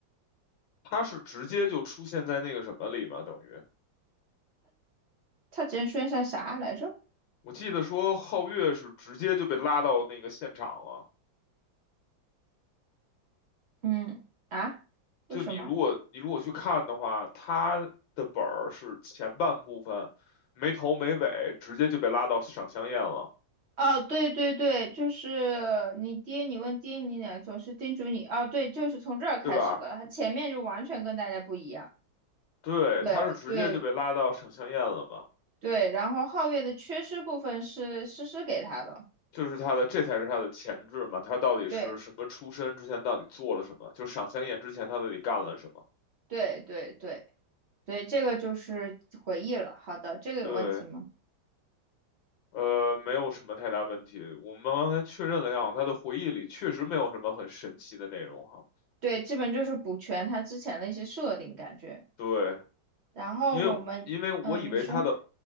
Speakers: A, on the left; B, on the right.
A: 他是直接就出现在那个什么里吗？等于
B: 他之前出现啥来着？
A: 我记得说皓月是直接就被拉到那个现场了。
B: 嗯啊，为什么？
A: 就你如果你如果去看的话，他的本儿是前半部分没头没尾，直接就被拉到赏香宴了，
B: 哦，对对对，就是你爹，你问爹，你俩总是叮嘱你。啊。对，就是从这儿开始的，
A: 对吧？
B: 他前面就完全跟大家不一样。
A: 对，
B: 对对
A: 他是直接就被拉到赏香宴了嘛，
B: 对，然后皓月的缺失部分是诗诗给他的。
A: 就是他的这才是他的前置嘛，他到底是什么出身，
B: 对
A: 之前到底做了什么，就赏香宴之前他到底干了什么？
B: 对对对对，这个就是回忆了。好的，这个有问题吗？
A: 对，呃，没有什么太大问题。我们刚才确认了一下，他的回忆里确实没有什么很神奇的内容哈。
B: 对，基本就是补全他之前的一些设定感觉。
A: 对，
B: 然后我们，
A: 因为因为我以为他的，
B: 嗯，你说。